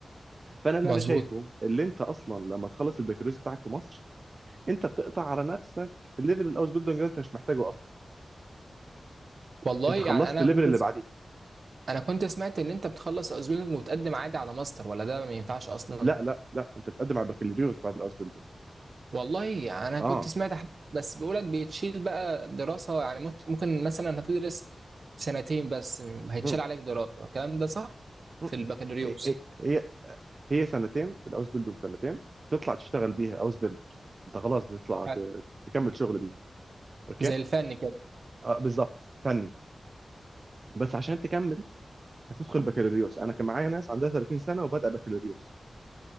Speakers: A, on the right (about 50°); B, on the right (about 65°).
A: فانا اللي
B: مظبوط
A: انا شايفه اللي انت اصلا لما تخلص البكالوريوس بتاعك في مصر انت بتقطع على نفسك ليفل الاوسبيلدونج ده انت مش محتاجه اصلا
B: والله
A: انت
B: يعني
A: خلصت
B: انا
A: الليفل
B: كنت
A: اللي بعديه
B: انا كنت سمعت ان انت بتخلص ازميلك وتقدم عادي على ماستر ولا ده ما ينفعش اصلا
A: لا لا لا انت بتقدم على البكالوريوس بعد الاوسبيلدونج
B: والله يعني انا
A: اه
B: كنت سمعت حد بس بيقولك بيتشيل بقى دراسة يعني ممكن ممكن مثلا هتدرس سنتين بس هيتشال
A: مم.
B: عليك دراسة الكلام ده صح
A: مم.
B: في البكالوريوس
A: هي هي هي هي سنتين الاوسبيلدونج سنتين تطلع تشتغل بيها اوس بيلدر انت خلاص بتطلع
B: يعني
A: ت- تكمل شغل بيها اوكي
B: زي الفن كده
A: آه بالظبط فني بس عشان تكمل هتدخل بكالوريوس انا كان معايا ناس عندها 30 سنه وبادئه بكالوريوس